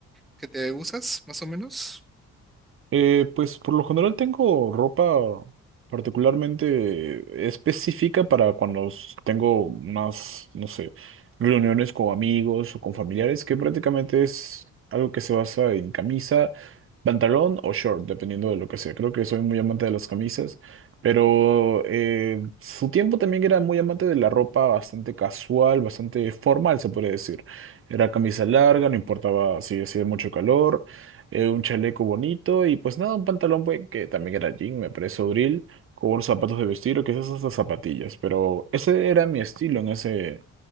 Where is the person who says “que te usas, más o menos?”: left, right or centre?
Centre